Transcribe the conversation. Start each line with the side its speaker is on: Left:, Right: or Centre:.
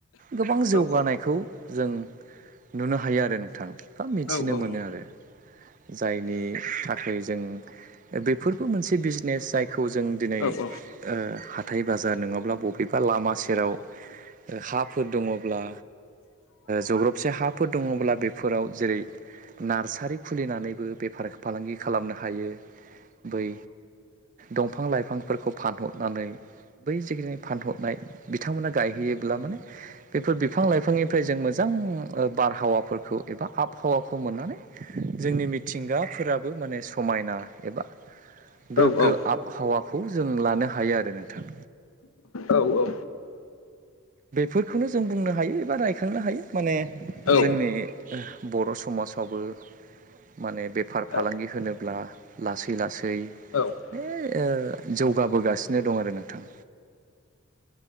Right: गोबां जौगानायखौ
Left: औ औ
Right: जों नुनो हायो आरो नोंथां एफा मिथिनो
Left: औ औ
Right: मोनो आरो जायनि थाखाय जों बेफोरबो मोनसे मोनसे बिजनेस जायखौ जों दिनै
Left: औ
Right: ह बाजार नङाब्ला बबेबा लामा सेराव हाफोर दङब्ला जग्रबसे हाफोर दङब्ला बेफोराव जेरै नार्सारि खुलिनानैबो बेफार फालांगि खालामनो हायो बै दंफां लाइफांफोरखौ फानहरनानै बै जिखिनि फानहरनाय बिथांमोना गायहैयोब्ला माने बेफोर बिफां लाइफांनिफ्राय जों मोजां बारहावाफोरखौ एबा आब बहावाखौ मोननानै जोंनि मिथिंगाफोराबो माने समायना एबा
Left: औ
Right: गोगो आबहावाखौ जों लानो हायो आरो नोंथां
Left: औ औ औ
Right: बेफोरखौनो जों बुंनो हायो एबा रायखांनो हायो माने
Left: औ
Right: जोंनि बर' समाजावबो माने बेफार फालांगि
Left: औ
Right: होनोब्ला लासै लासै
Left: औ
Right: दैै जौगाबोगासिनो दं आरो नोंथां